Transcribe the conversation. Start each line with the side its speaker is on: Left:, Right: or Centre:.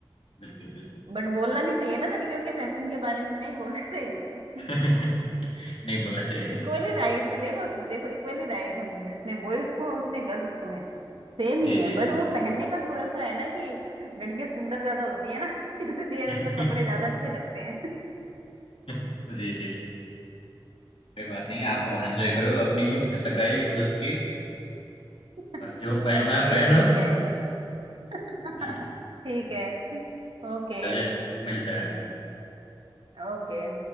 Left: बिल्कुल बिल्कुल
Right: बट बोलना नहीं चाहिए ना लड़कियों के फैशन के बारे में नहीं बोलना चाहिए
Left: <clears throat> <laughs> नहीं बोलना
Right: <laughs>
Left: चाहिए
Right: इक्वली राइट है देखो देखो इक्वली राइट है जितने बॉयज को है उतने गर्ल्स को है सेम ही
Left: जी
Right: है
Left: जी
Right: बट वो पहनने का थोड़ा सा है ना कि लड़के सुंदर ज्यादा होती है ना <laughs> इसलिए
Left: <laughs>
Right: उन पर कपड़े ज्यादा अच्छे लगते हैं
Left: जी जी कोई बात नहीं है, आप एंजॉय करो अपनी सगाई दोस्त की
Right: <laughs>
Left: और जो पहनना
Right: ओके
Left: पहनो
Right: ठीक है <laughs>
Left: जी
Right: ठीक है ओके
Left: चलिए मिलते हैं
Right: ओके